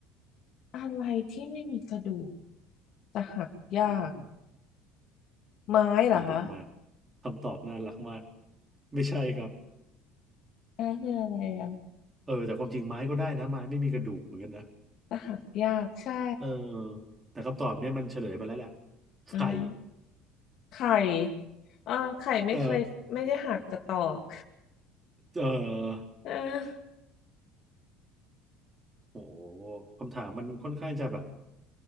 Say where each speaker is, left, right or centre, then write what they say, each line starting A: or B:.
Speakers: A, on the left; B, on the right.
A: <laughs> อะไรที่ไม่มีกระดูกจะหักยาก
B: อืม
A: ไม้เหรอคะ
B: น่ารักมากคำตอบน่ารักมากไม่ใช่ครับ
A: นั่นคืออะไรอ่ะ
B: เออแต่ความจริงไม้ก็ได้นะไม้ไม่มีกระดูกเหมือนกันนะ
A: จะหักยากใช่
B: เออแต่คำตอบเนี่ยมันเฉลยไปแล้วแหละไข่
A: อืมไข่อ่าไข่ไม่เคยไม่ได้หักแต่ตอก
B: เออเออ
A: เออ
B: โหคำถามมันค่อนข้างจะแบบ